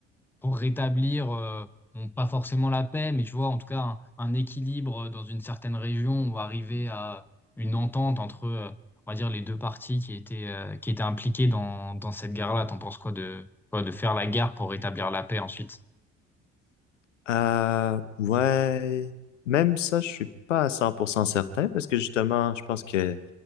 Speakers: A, in the centre; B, on the left.
A: pour rétablir, euh, bon, pas forcément la paix, mais tu vois, en tout cas, un, un équilibre dans une certaine région ou arriver à une entente entre, euh, on va dire, les deux parties qui étaient, euh, qui étaient impliquées dans, dans cette guerre-là. T'en penses quoi de, quoi, de faire la guerre pour rétablir la paix ensuite?
B: Euh, ouais, même ça, je suis pas à 100% certain parce que justement, je pense que